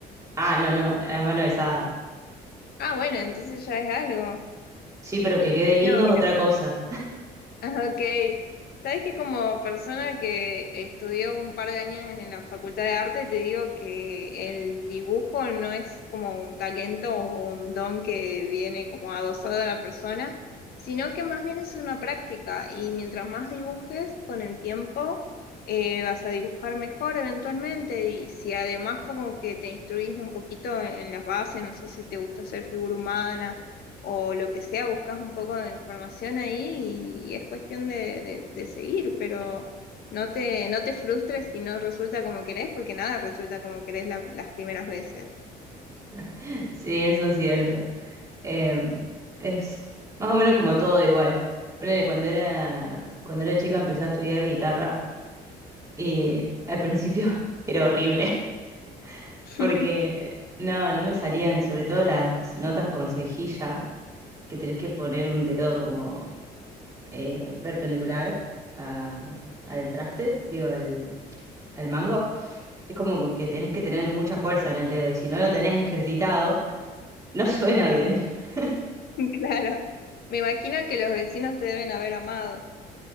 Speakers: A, on the right; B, on the left.
A: Ah, no, no, a mano alzada.
B: Ah, bueno, entonces ya es algo.
A: Sí, pero que quede lindo
B: No, mira.
A: es otra
B: <laughs>
A: cosa.
B: Ah, ok. Sabes que como persona que estudió un par de años en la Facultad de Arte, te digo que el dibujo no es como un talento o un don que viene como adosado a la persona, sino que más bien es una práctica y mientras más dibujes con el tiempo, eh, vas a dibujar mejor eventualmente y si además como que te instruís un poquito en en las bases, no sé si te gusta hacer figura humana o lo que sea, buscas un poco de información ahí y, y es cuestión de, de- de seguir, pero no te, no te frustres si no resulta como querés, porque nada resulta como querés la- las primeras veces.
A: <laughs> Sí, eso es cierto. Eh, es más o menos como todo igual. Ponele, cuando era, cuando era chica empecé a estudiar guitarra y al principio <laughs> era horrible <laughs>
B: <laughs>
A: porque no, no me salían, sobre todo las notas con cejilla que tenés que poner un dedo como eh, perpendicular a- al traste, digo, al, al mango, es como que tenés que tener mucha fuerza en el dedo y si no lo tenés ejercitado, no suena bien. <laughs>
B: Claro. Me imagino que los vecinos te deben haber amado.